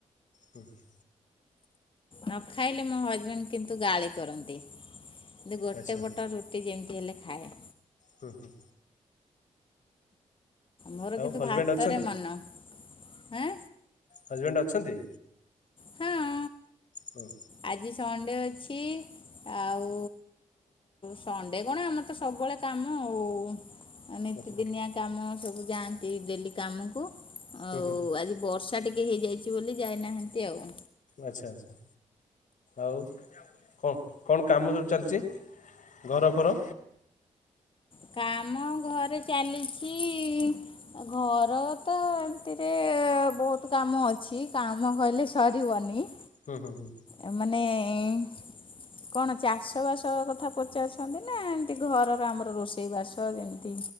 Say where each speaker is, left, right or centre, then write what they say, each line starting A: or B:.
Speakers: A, on the left; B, on the left.
A: ହୁଁ।
B: ନ ଖାଇଲେ ମୋ ହଜବେଣ୍ଡ କିନ୍ତୁ ଗାଳି କରନ୍ତି ଯଦି ଗୋଟେ
A: ଆଚ୍ଛା
B: ପଟ ରୁ ସିଏ ଯେମିତି ହେଲେ ଖାଏ।
A: ହୁଁ, ହୁଁ।
B: ମୋର
A: ଆଉ
B: କିନ୍ତୁ
A: ହଜବେଣ୍ଡ
B: ଭାତରେ
A: ଅଛନ୍ତି
B: ମନ ହାଁ।
A: ହଜବେଣ୍ଡ ଅଛନ୍ତି?
B: ହଁ
A: ହୁଁ।
B: ଆଜି ସଣ୍ଡେ ଅଛି। ଆଉ ସଣ୍ଡେ କଣ ଆମର ତ ସବୁବେଳେ କାମ ଆଉ। ନିତି
A: ଆଚ୍ଛା
B: ଦିନିଆ କାମ ସବୁ ଯାଆନ୍ତି ଡେଲି କାମକୁ
A: ହୁଁ
B: ଆଉ
A: ହୁଁ
B: ଆଜି ବର୍ଷା ଟିକେ ହେଇଯାଇଛି ବୋଲି ଯାଇନାହାନ୍ତି ଆଉ।
A: ଆଚ୍ଛା ଆଚ୍ଛା। ଆଉ କଣ କଣ କାମ ସବୁ ଚାଲିଛି ଘର ଫର?
B: କାମ ଘରେ ଚାଲିଛି ଘର ତ ଏମିତିରେ ବହୁତ୍ କାମ ଅଛି କାମ କହିଲେ ସ ସରବନି।
A: ହୁଁ, ହୁଁ, ହୁଁ।
B: ଏ ମାନେ ଏଁ କଣ ଚାଷ ବାସ କଥା ପଚାରୁଛନ୍ତି ନା ଏମତି ଘରର ଆମର ରୋଷେଇ ରୋସେଇ ବାସ ଯେମିତି